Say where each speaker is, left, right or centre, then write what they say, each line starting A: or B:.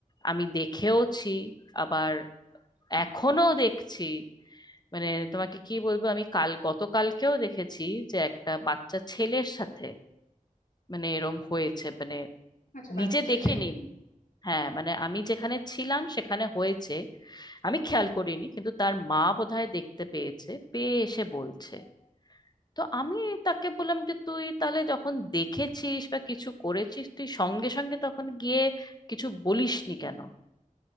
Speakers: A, on the left; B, on the left.
A: আমি দেখেওছি আবার এখনো দেখছি মানে তোমাকে কি বলবো আমি কাল গতকালকেও দেখেছি যে একটা বাচ্চা ছেলের সাথে মানে এরম হয়েছে মানে
B: আচ্ছা বাচ্চা
A: নিজে
B: ছেলে
A: দেখিনি হ্যাঁ মানে আমি যেখানে ছিলাম সেখানে হয়েছে আমি খেয়াল করিনি কিন্তু তার মা বোধহয় দেখতে পেয়েছে পেয়ে এসে বলছে তো আমি তাকে বললাম যে তুই তাহলে যখন দেখেছিস বা কিছু করেছিস তুই সঙ্গে সঙ্গে তখন গিয়ে কিছু বলিসনি কেন